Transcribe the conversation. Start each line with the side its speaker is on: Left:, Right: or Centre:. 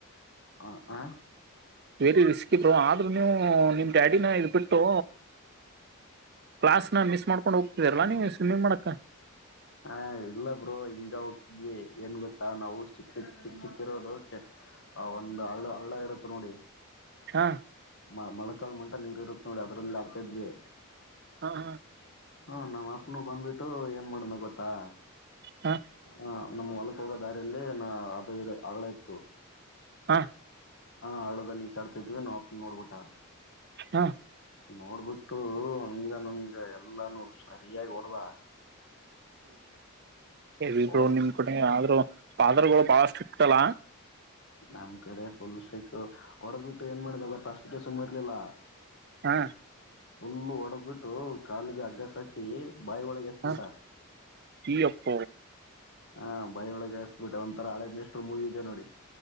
Left: ಹ ಹಾ
Right: ವೆರಿ ರಿಸ್ಕಿ ಬ್ರೋ ಆದ್ರೂ ನೀವು ನಿಮ್ ಡ್ಯಾಡಿನ ಇದ್ ಬಿಟ್ಟು ಕ್ಲಾಸ್ ನ ಮಿಸ್ ಮಾಡ್ಕೊಂಡು ಹೋಗ್ತಿದಾರಾ ನೀವುವಸ್ವಿಮ್ಮಿಂಗ್ ಮಾಡಕ್
Left: ಹ ಇಲ್ಲ ಬ್ರೋ ಹಿಂಗ ಹೋಗ್ದ್ವಿ ಏನ್ ಗೊತ್ತಾ ನಾವು ಚಿಕ್ಕ ಚಿಕ್ ಚಿಕ್ಕ ಚಿಕ್ಕಿರೋದು ಆ ಒಂದು ಹಳ್ಳ ಹಳ್ಳ ಇರುತ್ತೆ ನೋಡಿ
Right: ಹಾ
Left: ಮೊನ್ನಕಾಲ್ ಮಟ ನೀರ್ ಇರುತ್ತತ್ ನೋಡಿ ಅದ್ರಲ್ಲಿ ಆಡ್ತಾ ಇದ್ವಿ
Right: ಹಾ ಹಾ <inaudible>
Left: ಹಾ ನಮ್ಮ್ ಅಪ್ಪನು ಬಂದ್ಬಿಟ್ಟು ಏನ್ ಮಾಡಿದ ಗೊತ್ತಾ
Right: ಹಾ
Left: ಹ ನಮ ಹೊಲಕ್ ಹೋಗೋ ದಾರಿಯಲ್ಲಿ ನ ಅದು ಇ ಅಳ ಇತ್ತು
Right: ಹಾಂ
Left: ಹಾ ಹಳ್ಳದಲ್ಲಿ ಇಜ್ಜಡ್ತಿದ್ವಿ ನಮ್ ಅಪ್ಪ ನೋಡ್ಬಿಟಾ
Right: ಹಾ
Left: ನೋಡ್ಬಿಟ್ಟು ಹಂಗ ನನ್ಗ ಎಲ್ಲಾನು ಸರಿಯಾಗಿ ಹೊಡ್ದ
Right: ಈವಿ
Left: ಹೊಡ್ದ್
Right: ನಿಮ್ ಕಡೆ ಆದ್ರರು ಪಾದರ್ಗಳು ಬಹಳಷ್ಟಿಕ್ತಲ್ಲ
Left: ನಮ್ ಕಡೆ ಫುಲ್ ಶೇಕ್ ಹೊಡೆದ್ಬಿಟ್ಟು ಏನ್ ಮಾಡಿದ ಗತ್ತ ಅಷ್ಟಕ್ಕೆ ಸುಮ್ ಇರ್ಲಿಲ್ಲ
Right: ಹಾ
Left: ಫೂಲ್ ಒಡೆದ್ ಬಿಟ್ಟು ಕಾಲಿಗೆ ಹಗ್ಗ ಕಟ್ಟಿ ಬಾಯಿ ಒಳಗೆ ಎಸ್ಬಿಟ್ಟ
Right: ಹಾ ಈ ಅಪ್ಪ
Left: ಹಾ್ ಬೈ ಒಳಗೆ ಎಸ್ಬಿಟ್ಟೆ ಒಂತರ ಹಳೆ ಮೇಸ್ರ್ ಮೂವಿ ಇದೆ ನೋಡಿ